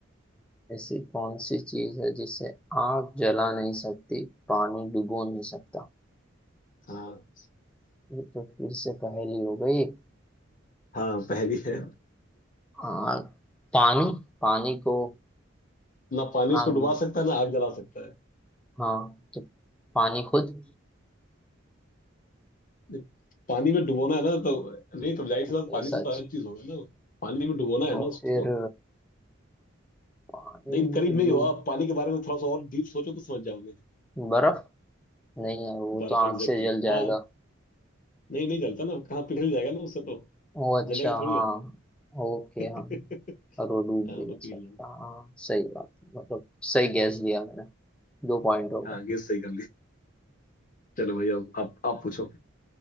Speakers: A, in the centre; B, on the left.
A: ऐसी कौन सी चीज है जिसे आग जला नहीं सकती पानी डुबो नहीं सकता
B: हाँ
A: ये तो फिर से पहेली हो गई
B: हाँ पहली है
A: आग पानी पानी को
B: ना पानी उसको
A: आग
B: डुबा सकता है ना आग जला सकता है
A: हाँ तो पानी खुद
B: ये पानी में डुबोना है ना तो नहीं तो जाहिर
A: कुछ
B: सी बात पानी
A: ऐसा
B: से
A: अच्छा
B: तो अलग चीज होगा ना वो। पानी में डुबोना है
A: तो
B: ना उसको
A: फिर पानी
B: लेकिन करीब
A: में
B: नहीं
A: डूब
B: हुआ आप पानी के बारे में थोड़ा सा और डीप सोचो तो समझ जाओगे
A: बर्फ नहीं यार वो
B: बर्फ
A: तो आंख
B: एग्जैक्टली
A: से जल जाएगा
B: हाँ नहीं नहीं जलता ना कहाँ पिघल जाएगा ना उससे तो
A: ओ अच्छा
B: जलेगा थोड़ी
A: हाँ
B: हो
A: ओके
B: <laughs>
A: हाँ और वो डूब
B: हाँ,
A: भी नहीं
B: तो पिघल
A: सकता
B: जाएगा
A: हाँ सही बात है मतलब सही गैस दिया मैंने दो पॉइंट हो गए
B: हाँ गेस सही कर ली चलो भैया अब आप आप पूछो